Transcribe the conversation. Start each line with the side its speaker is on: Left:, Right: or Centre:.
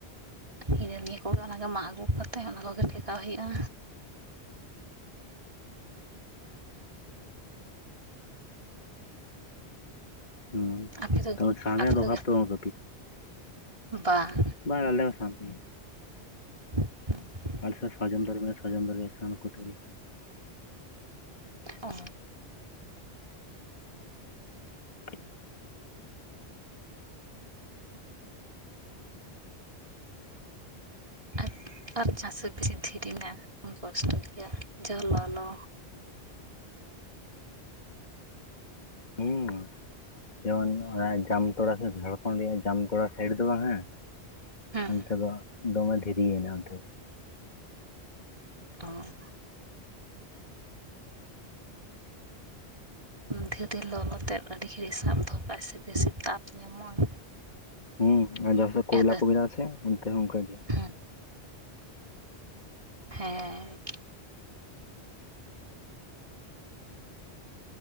Right: ᱤᱱᱟ ᱱᱤᱭᱟᱹ ᱠᱚᱜᱮ ᱚᱱᱟᱱᱟᱜᱮ ᱢᱟᱜ ᱟᱹᱜᱩ ᱠᱟᱛᱮ ᱚᱱᱟ ᱠᱚᱜᱮ ᱴᱷᱮᱠᱟᱣ ᱦᱩᱭᱩᱜᱼᱟ
Left: ᱦᱩᱸ
Right: ᱟᱯᱮ ᱫᱚ
Left: ᱛᱚ ᱥᱟᱱ ᱨᱮᱭᱟᱜ
Right: ᱟᱯᱮ ᱫᱚ
Left: ᱚᱵᱷᱟᱵ ᱵᱟᱹᱱᱩᱜ
Right: ᱵᱟᱝ
Left: ᱵᱟᱝᱞᱮᱥᱟᱱ ᱛᱮ ᱜᱮ
Right: ᱦᱩᱸ <inaudible>
Left: ᱟᱞᱮ ᱥᱮᱱ ᱥᱟᱨᱡᱚᱢ ᱫᱟᱨᱮ ᱢᱮᱱᱟᱜᱼᱟ ᱥᱟᱨᱡᱚᱢ ᱫᱟᱨᱮ ᱥᱟᱱ ᱠᱚᱛᱮᱜ ᱜᱮ
Right: ᱚᱻᱻ
Left: <inaudible>
Right: <inaudible> ᱟᱨ ᱪᱟᱥ ᱵᱤᱥᱤ ᱫᱷᱤᱨᱤ ᱢᱮᱱᱟᱜ ᱟ ᱠᱚᱥᱴᱚ ᱜᱮᱭᱟ ᱡᱟ ᱞᱚᱞᱚ,
Left: ᱦᱩᱸ ᱡᱮᱢᱚᱱ ᱚᱱᱟ ᱡᱟᱢᱛᱚᱲᱟ ᱥᱮ ᱡᱷᱟᱲᱠᱷᱚᱸᱰ ᱨᱮᱭᱟᱜ ᱡᱟᱢᱛᱚᱲᱟ ᱥᱟᱭᱤᱰ ᱫᱚ ᱵᱟᱝ ᱦᱮᱸ,
Right: ᱦᱮᱸ
Left: ᱚᱱᱛᱮ ᱫᱚ ᱫᱚᱢᱮ ᱫᱷᱤᱨᱤᱮᱱᱟ ᱚᱱᱛᱮ ᱫᱚ᱾
Right: ᱚᱸ ᱫᱷᱤᱨᱮ ᱞᱚᱞᱚᱛᱮᱫ ᱟᱹᱰᱤ ᱜᱷᱟᱹᱲᱤᱡ ᱥᱟᱵ ᱫᱚᱦᱚ ᱠᱟᱜᱼᱟ ᱥᱮ ᱵᱮᱥᱤ ᱛᱟᱯ ᱧᱟᱢᱚᱜᱼᱟ᱾
Left: ᱦᱩᱸ ᱟᱨ ᱡᱟᱦᱟᱸᱥᱮ ᱠᱚᱭᱞᱟ
Right: ᱟᱫᱚ
Left: ᱠᱚᱢᱮᱱᱟ ᱟᱥᱮ ᱚᱱᱛᱮ ᱦᱚᱸ ᱚᱱᱠᱟᱜᱮ᱾
Right: ᱦᱮᱸ ᱦᱮᱸᱻ